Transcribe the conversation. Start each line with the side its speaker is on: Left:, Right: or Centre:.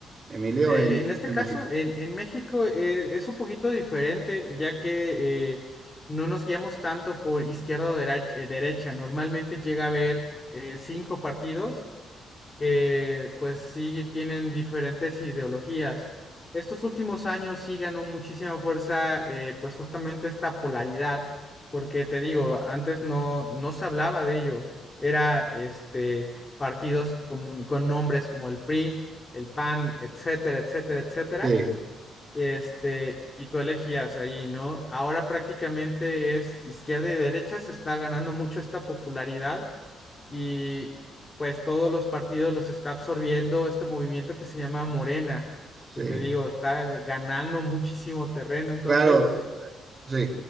Right: Emilio
Left: Eh,
Right: en,
Left: en este
Right: en
Left: caso,
Right: México.
Left: en, en México eh, es un poquito diferente, ya que eh, no nos guiamos tanto por izquierda o dera- eh, derecha. Normalmente llega a haber eh, cinco partidos que pues sí tienen diferentes ideologías. Estos últimos años sí ganó muchísima fuerza eh, pues justamente esta polaridad, porque te digo, antes no, no se hablaba de ello, era este partidos con, con nombres como el PRI, el PAN, etcétera, etcétera, etcétera,
Right: Sí,
Left: este, y tú elegías ahí, ¿no? Ahora prácticamente es izquierda y derecha, se está ganando mucho esta popularidad y pues todos los partidos los está absorbiendo este movimiento que se llama Morena,
Right: sí.
Left: que te digo, está ganando muchísimo terreno. Entonces,
Right: Claro, sí.